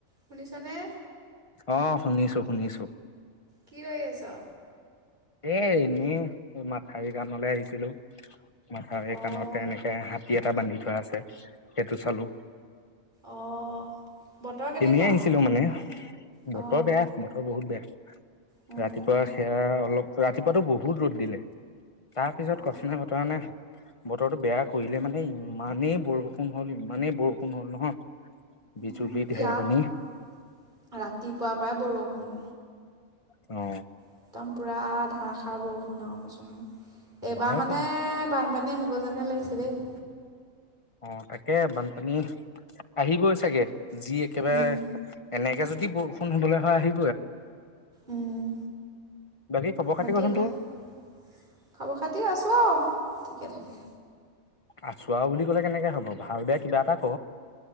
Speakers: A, on the right; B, on the left.
A: শুনিছ নে?
B: অ শুনিছো শুনিছো।
A: কি কৰি আছ?
B: এ এনেই এই মাথাউৰি কাণলে আহিছিলো, মাথাউাৰৰি
A: অঁ
B: কাণতে এনেকে হাতী এটা বান্ধি থোৱা আছে সেইটো চালো।
A: অঁ বতৰ কেনেকুৱা
B: এনেয় আহিছিলো মানে
A: অঁ
B: বতৰ বেয়া বতৰ বহুত বেয়া,
A: অঁ
B: ৰাতিপুৱা সেয়া অলপ ৰাতিপোৱাতো বহুত ৰ'দ দিলে তাৰপিছত
A: অঁ
B: কথা নাই বতৰা নাই বতৰটো বেয়া কৰিলে মানে ইমানেই বৰষুণ হ'ল ইমানেই বৰষুণ হ'ল নহয় বিজুলী
A: উ
B: ঢেৰেকণি
A: ইয়াত ৰাতিপুৱা পৰাই বৰষুণ।
B: অ
A: একদম পুৰা ধাৰষাৰ বৰষুণ আৰু কৈছো নহয়। এইবাৰ
B: সেইটো
A: মানে বানপানী আহিব যোনহে লাগিছে দেই
B: অঁ তাকে বানপানী আহিবই চাগে যি একেবাৰে
A: উম,
B: এনেকে যদি বৰষু ণ হবলৈ হয়, আহি
A: উম
B: বাকী খবৰ খাতি
A: বাকী
B: কচোন
A: ভাল
B: তোৰ
A: খবৰ খাতি আছো আৰু ঠিকে থাকে
B: আছো আও বুলি কলে কেনেকে হব ভাল বেয়া কিবা এটা ক